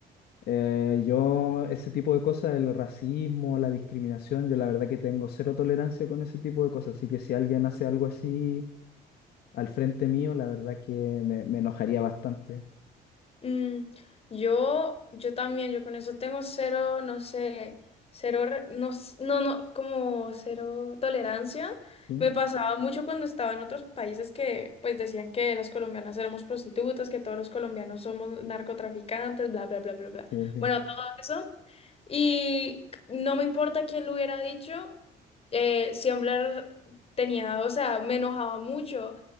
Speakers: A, on the left; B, on the left.
A: Eh, yo, ese tipo de cosas, el racismo, la discriminación, yo la verdad que tengo cero tolerancia con ese tipo de cosas. Así que si alguien hace algo así al frente mío, la verdad que me, me enojaría bastante.
B: Mm, yo, yo también, yo con eso tengo cero, no sé, cero, re- no, s- no, no, como cero tolerancia.
A: Sí,
B: Me pasaba mucho cuando estaba en otros países que pues decían que las colombianas éramos prostitutas, que todos los colombianos somos narcotraficantes, bla, bla, bla, bla, bla.
A: sí, sí.
B: Bueno, todo eso. Y no me importa quién lo hubiera dicho, eh, siempre tenía, o sea, me enojaba mucho